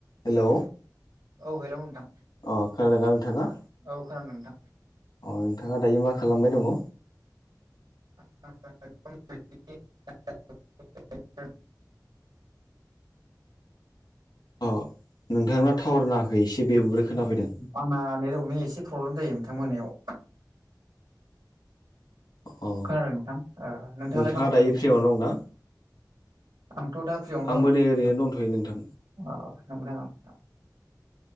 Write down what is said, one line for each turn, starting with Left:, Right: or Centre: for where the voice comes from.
Left: हेल'
Right: औ हेल' नोंथां
Left: अ खोनादोंना नोंथाङा?
Right: औ खोनादों नोंथां
Left: अ नोंथाङा दायो मा खालामबाय दङ
Right: <unintelligible>
Left: अ नोंथांना टावार नाङाखै एसे बेबब्रै खोनाफैदों
Right: आंना नेटवरकनि एसे प्रब्लेम जायो नोंथां मोनायाव
Left: अ
Right: खोनादों नोंथां नोंथाङालाय
Left: नोंथाङा
Right: मा खालामदों
Left: दायो
Right: नोंथां?
Left: फ्रियावनो दंना
Right: आंथ' दा फ्रियावनो
Left: आंबो
Right: दङ' नोंथां
Left: नै ओरैनो दंथ'यो नोंथां
Right: अ नंगौ नामा